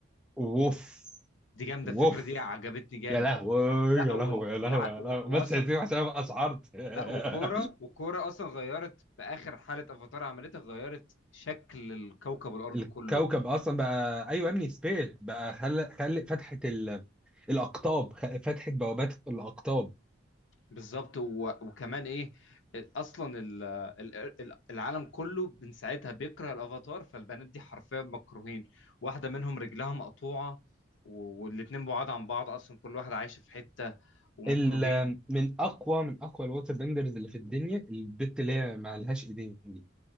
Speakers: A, in the centre; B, on the left (about 75°).
A: ووف
B: دي جامدة
A: ووف
B: الفكرة دي عجبتني جامد
A: يا لهوي
B: لا
A: يا
B: وال...
A: لهوي يا
B: والع...
A: لهوي يا
B: و...
A: لهوي
B: واصلا
A: بس هسيبه
B: ك-
A: عشان ابقى اشعرت <laughs>
B: لا وكورة وكورة اصلا غيرت في اخر حالة افاتار عملتها غيرت شكل الكوكب الارض
A: الكوكب
B: كله
A: اصلا بقى ايوه يا ابني سبيريت بقى خلق خلق فتحه ال... الاقطاب خ- فتحه بوابات الاقطاب
B: بالظبط و- وكمان ايه اصلا ال- ال- ال- العالم كله من ساعتها بيكره الافاتار فالبنات دي حرفيا مكروهين واحده منهم رجلها مقطوعه و- والاتنين بعاد عن بعض اصلا كل واحد عايش في حته ومكروهين
A: ال... من اقوى من اقوى الووتر بندرز اللي في الدنيا البت اللي هي ما لهاش ايدين دي